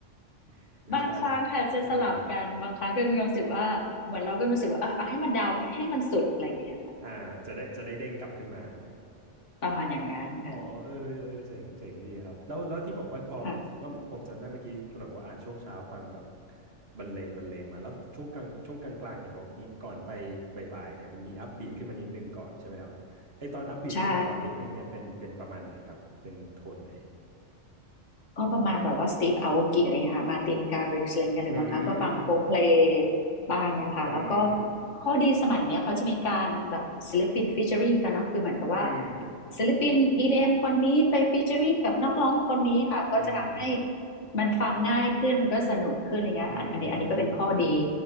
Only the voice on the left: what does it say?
บางครั้งค่ะจะสลับกันบางครั้งก็มีความรู้สึกว่าเหมือนเราก็มีความรู้สึกว่าเออเอาให้มันดาวไปให้ให้มันสุดอะไรเงี้ย
ประมาณอย่างนั้นค่ะ
ค่ะ
ใช่ก็ประมาณแบบว่าสตีฟอาโวกิอะไรเงี้ยค่ะมาตินการิกอะไรเงี้ยหรือบางครั้งก็ฟังโคเพลย์
บ้างเนี่ยค่ะแล้วก็
ข้อดีสมัยเนี้ยเขาจะมีการแบบศิลปินฟีเจอริงกันเนาะคือเหมือนกับว่า
ศิลปิน EDM คนนี้ไปฟีเจอริงกับนักร้องคนนี้ค่ะก็จะทำให้
มันฟังง่ายขึ้นมันก็สนุกขึ้นอะไรเงี้ยอันอันนี้อันนี้ก็เป็นข้อดี